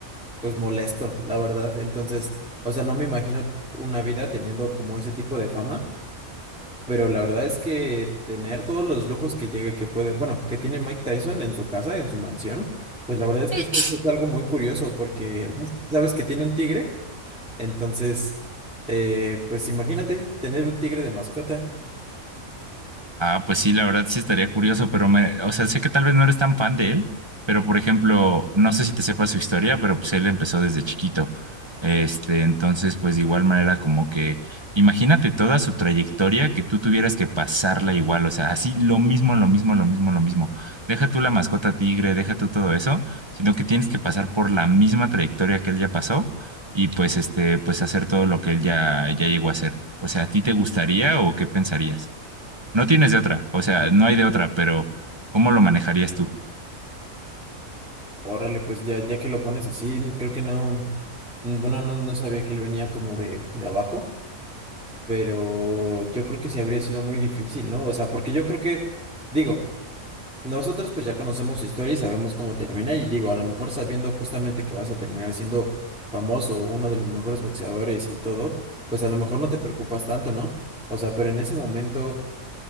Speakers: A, in the centre; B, on the right.
A: pues molesto, la verdad. Entonces, o sea, no me imagino una vida teniendo como ese tipo de fama, pero la verdad es que tener todos los lujos que llega, que puede, bueno, que tiene Mike Tyson en su casa, en su mansión, pues la verdad es
B: <laughs>
A: que eso es algo muy curioso porque ¿no? sabes que tiene un tigre, entonces, eh, pues imagínate tener un tigre de mascota.
B: Ah, pues sí, la verdad sí estaría curioso, pero me, o sea, sé que tal vez no eres tan fan de él, pero por ejemplo, no sé si te sepas su historia, pero pues él empezó desde chiquito. Este, entonces, pues de igual manera como que, imagínate toda su trayectoria que tú tuvieras que pasarla igual, o sea, así lo mismo, lo mismo, lo mismo, lo mismo. Deja tú la mascota tigre, deja tú todo eso, sino que tienes que pasar por la misma trayectoria que él ya pasó y pues este, pues hacer todo lo que él ya, ya llegó a hacer. O sea, ¿a ti te gustaría o qué pensarías? No tienes de otra, o sea, no hay de otra, pero ¿cómo lo manejarías tú?
A: Órale, pues ya, ya que lo pones así, creo que no, mm, bueno, no, no sabía que él venía como de, de abajo. pero yo creo que sí habría sido muy difícil, ¿no? O sea, porque yo creo que, digo, nosotros pues ya conocemos su historia y sabemos cómo termina y digo, a lo mejor sabiendo justamente que vas a terminar siendo famoso, uno de los mejores boxeadores y todo, pues a lo mejor no te preocupas tanto, ¿no? O sea, pero en ese momento,